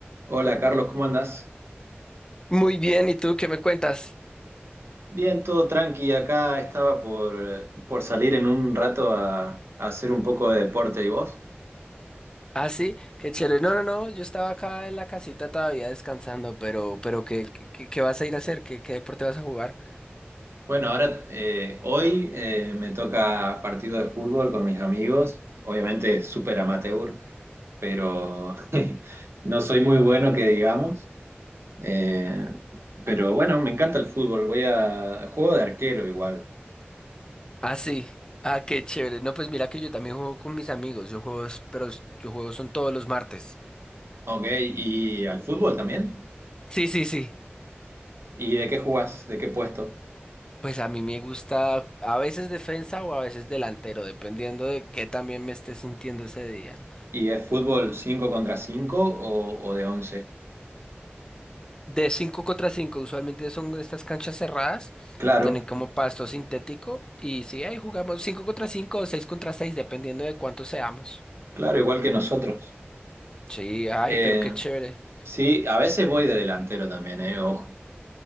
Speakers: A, on the right; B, on the left.
A: Hola Carlos, ¿cómo andás?
B: Muy bien, ¿y tú qué me cuentas?
A: Bien, todo tranqui. Acá estaba por, por salir en un rato a, a hacer un poco de deporte. ¿Y vos?
B: Ah, sí, qué chévere. No, no, no, yo estaba acá en la casita todavía descansando, pero, pero ¿qué, qué, qué vas a ir a hacer? ¿Qué, qué deporte vas a jugar?
A: Bueno, ahora eh, hoy eh, me toca partido de fútbol con mis amigos. Obviamente súper amateur, pero <laughs> no soy muy bueno que digamos. Eh, pero bueno, me encanta el fútbol. Voy a juego de arquero igual.
B: Ah, sí. Ah, qué chévere. No, pues mira que yo también juego con mis amigos. Yo juego, es- pero es- yo juego son todos los martes.
A: Ok, ¿y al fútbol también?
B: Sí, sí, sí.
A: ¿Y de qué jugás? ¿De qué puesto?
B: Pues a mí me gusta a veces defensa o a veces delantero, dependiendo de qué también me esté sintiendo ese día.
A: ¿Y es fútbol 5 contra 5 o, o de once.
B: De 5 contra 5 usualmente son estas canchas cerradas
A: Claro,
B: y tienen como pasto sintético. Y sí, ahí jugamos 5 contra 5 o 6 contra 6 dependiendo de cuántos seamos.
A: claro, igual que nosotros.
B: Sí, ay,
A: Eh,
B: pero qué chévere.
A: sí, a veces voy de delantero también, eh, ojo.